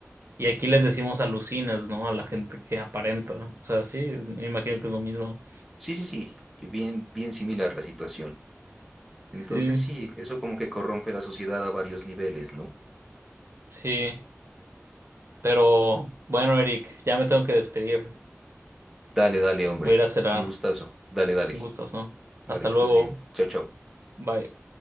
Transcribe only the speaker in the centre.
Sí, sí, sí, bien, bien similar la situación. Entonces
sí, eso como que corrompe la sociedad a varios niveles, ¿no?
Dale, dale, hombre.
Un gustazo. Dale, dale.
Vale,
que
estés bien. Chao, chao.